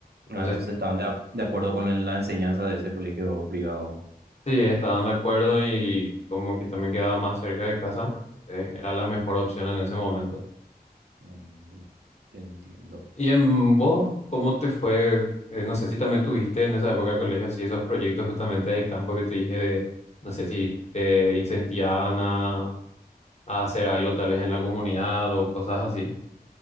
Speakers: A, on the left (about 40°); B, on the right (about 80°).
A: Entonces,
B: Ah, entonces estaban de, ac- de acuerdo con el- la enseñanza de ese colegio privado.
A: sí, estaban de acuerdo y como que también quedaba más cerca de casa, entonces era la mejor opción en ese momento.
B: Mm, Entiendo.
A: Y en vos, ¿cómo te fue? Eh, no sé si también tuviste en esa época de colegio así esos proyectos justamente de campo que te dije de, no sé si te incentivaban a, a hacer algo tal vez en la comunidad o cosas así.